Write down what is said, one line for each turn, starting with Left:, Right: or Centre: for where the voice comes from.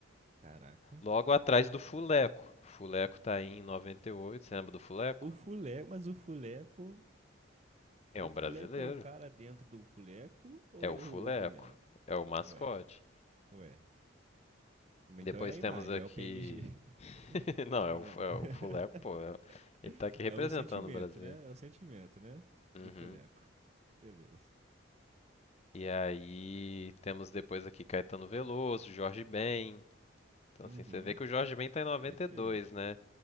Right: Caraca.
Left: Logo atrás do Fuleco. Fuleco tá aí em 98, você lembra do Fuleco?
Right: O Fuleco, mas o Fuleco,
Left: É
Right: o
Left: um
Right: Fuleco
Left: brasileiro,
Right: é o cara dentro do Fuleco ou
Left: é
Right: é
Left: o Fuleco,
Right: o, o Fuleco?
Left: é o mascote.
Right: Ué, ué. Então
Left: Depois
Right: é a
Left: temos
Right: imagem,
Left: aqui.
Right: é o PNG. <laughs>
Left: <laughs> Não,
Right: Ah.
Left: é o, Fu- é o Fuleco, pô, é-
Right: <laughs>
Left: ele tá aqui representando
Right: É o sentimento,
Left: o Brasil.
Right: né? É o sentimento, né?
Left: Uhum.
Right: Do Fuleco. Beleza.
Left: E aí temos depois aqui Caetano Veloso, Jorge Ben, Então,
Right: Uhum.
Left: assim, você vê que o Jorge Ben tá em 92,
Right: Perfeito.
Left: né?